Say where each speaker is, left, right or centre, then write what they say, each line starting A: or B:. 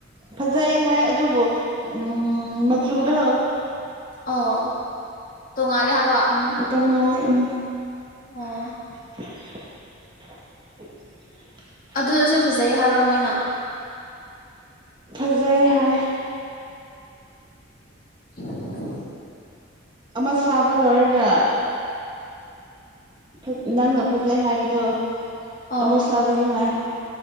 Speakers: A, on the right (about 25°); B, on the left (about 45°).
A: ꯐꯖꯩ ꯍꯥꯏ ꯑꯗꯨꯕꯨ ꯎꯝ ꯃꯆꯨꯗꯣ
B: ꯑꯣ ꯇꯣꯡꯉꯥꯜꯂꯦ ꯍꯥꯏꯕ
A: ꯎꯝ ꯇꯣꯡꯉꯥꯜꯂꯦ ꯎꯝ
B: ꯑꯣ
A: <inaudible>
B: ꯑꯗꯨꯑꯣꯏꯁꯨ ꯐꯖꯩ ꯍꯥꯏꯕ꯭ꯔꯥ ꯃꯣꯏꯅ
A: ꯐꯖꯩ ꯍꯥꯏ
B: <inaudible>
A: ꯑꯃ ꯁꯥꯕ ꯂꯣꯏꯔꯒ ꯐꯥ ꯅꯪꯅ ꯐꯖꯩ ꯍꯥꯏꯕꯗꯣ
B: ꯑꯣ
A: ꯑꯃꯨꯛ ꯁꯥꯕꯤꯌꯨ ꯍꯥꯏ